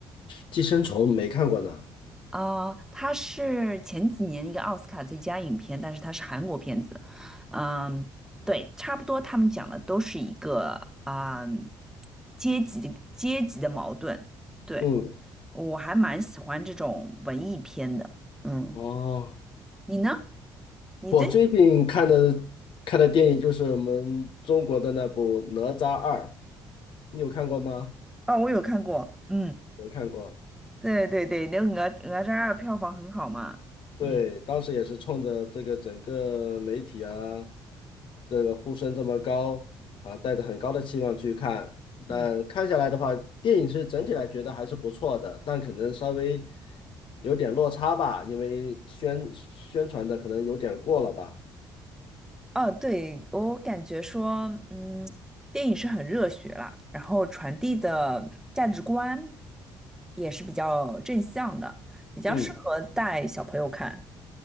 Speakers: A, on the left; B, in the centre.
A: 寄生虫没看过呢。
B: 啊、它是前几年的一个奥斯卡最佳影片，但是它是韩国片子。嗯，对，差不多他们讲的都是一个啊、阶级的阶级的矛盾。对，
A: 嗯，
B: 我还蛮喜欢这种文艺片的。嗯，
A: 哦，
B: 你呢？你这
A: 我最近看的看的电影就是我们中国的那部《哪吒二》，
B: <laughs>
A: 你有看过吗？
B: 哦，我有看过。嗯，
A: 有看过。
B: 对对对对，那个《哪哪吒二》票房很好嘛。
A: 对，
B: 嗯
A: 当时也是冲着这个整个媒体啊，这个呼声这么高啊，带着很高的期望去看。但看下来的话，
B: 嗯。
A: 电影是整体来觉得还是不错的，但可能稍微有点落差吧，因为宣宣传的可能有点过了吧。
B: 哦，对，我感觉说，嗯，电影是很热血啦，然后传递的价值观也是比较正向的，比较适合带小朋友看，
A: 嗯